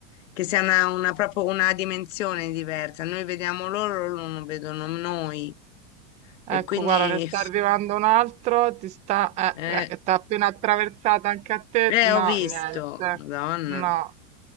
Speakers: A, on the left; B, on the right.
A: che sia una, una- proprio una dimensione diversa. Noi vediamo loro, loro non vedono noi.
B: Ecco,
A: E quindi,
B: guarda, ne sta arrivando un altro, ti sta, eh,
A: eh,
B: eh, t'ha appena attraversata anche a te?
A: eh,
B: No,
A: ho visto,
B: niente,
A: Madonna.
B: no,